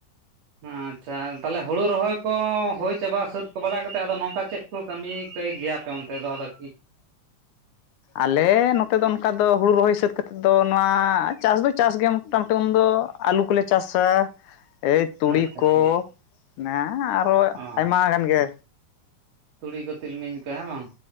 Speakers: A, on the right; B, on the left.
A: ᱟᱪᱪᱷᱟ ᱛᱟᱦᱚᱞᱮ ᱦᱩᱲᱩ ᱨᱚᱦᱚᱭ ᱠᱚ ᱦᱩᱭ ᱪᱟᱵᱟ ᱥᱟᱹᱛ ᱵᱟᱲᱟ ᱠᱟᱛᱮᱮᱫ ᱟᱫᱚ ᱱᱚᱝᱠᱟ ᱪᱮᱫ ᱠᱚ ᱠᱟᱹᱢᱤ ᱠᱟᱹᱭ ᱜᱮᱭᱟᱯᱮ ᱚᱱᱛᱮ ᱫᱚ ᱟᱫᱚ ᱠᱤ ᱾
B: ᱟᱞᱮ ᱱᱚᱛᱮ ᱫᱚ ᱚᱱᱠᱟ ᱫᱚ ᱦᱩᱲᱩ ᱨᱚᱦᱚᱭ ᱥᱟᱹᱛ ᱠᱟᱛᱮᱫ ᱫᱚ ᱱᱚᱣᱟ ᱪᱟᱥ ᱫᱚ ᱪᱟᱥ ᱜᱮᱭᱟ ᱢᱚᱴᱟᱢᱩᱴᱤ ᱩᱱᱫᱚ ᱟᱹᱞᱩ ᱠᱚᱞᱮ ᱪᱟᱥᱟ ᱮᱭ ᱛᱩᱲᱤᱠᱚ
A: ᱟᱪᱪᱷᱟ ᱟᱪᱪᱷᱟ
B: ᱚᱱᱟ ᱟᱨᱚ
A: ᱚ
B: ᱟᱭᱢᱟ ᱜᱟᱱ ᱜᱮ᱾
A: ᱛᱩᱲᱤ ᱠᱚ ᱛᱤᱞᱢᱤᱧ ᱠᱚ ᱦᱮᱸ ᱵᱟᱝ